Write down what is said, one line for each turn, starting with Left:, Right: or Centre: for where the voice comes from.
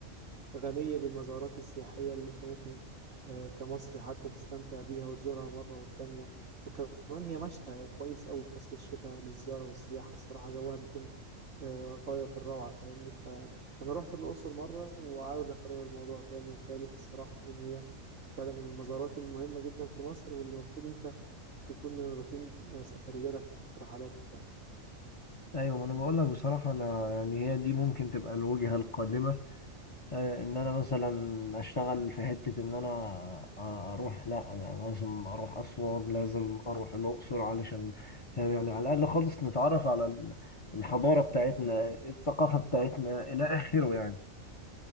Right: الغنية بالمزارات السياحية اللي أنت ممكن آه، كمصري حتى تستمتع بيها وتزورها مرة والتانية وكمان هي مشتى كويس أوي في فصل الشتاء للزيارة والسياحة الصراحة جوها بيكون آه، غاية في الروعة فاهمني فأنا رحت الأقصر مرة وعاوز أكرر الموضوع تاني وتالت الصراحة لأن هي فعلا من المزارات المهمة جدا في مصر واللي المفروض أنت تكون من روتين آه، سفرياتك ورحلاتك يعني
Left: ايوه ما انا بقول لك بصراحة انا يعني هي دي ممكن تبقى الوجهة القادمة آه، ان انا مثلا اشتغل في حتة ان انا آه، اروح لا انا لازم اروح اسوان لازم اروح الاقصر علشان فاهم يعني على الاقل خالص نتعرف على ال- الحضارة بتاعتنا الثقافة بتاعتنا الى اخره يعني